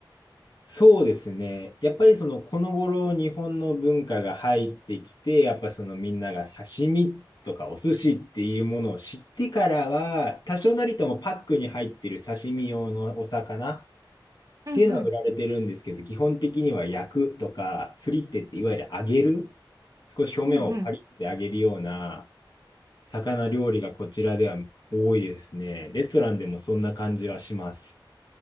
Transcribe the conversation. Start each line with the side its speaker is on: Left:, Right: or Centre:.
Left: そうですね。やっぱりその、この頃日本の文化が入ってきて、やっぱそのみんなが刺身とかお寿司っていうものを知ってからは、多少なりともパックに入ってる刺身用のお魚っ
Right: うんうん
Left: ていうのは売られてるんですけど、基本的には焼くとか、フリッテっていわゆる揚げる、少し表面をパリッて揚げるような
Right: うんうん
Left: 魚料理がこちらでは多いですね。レストランでもそんな感じはします。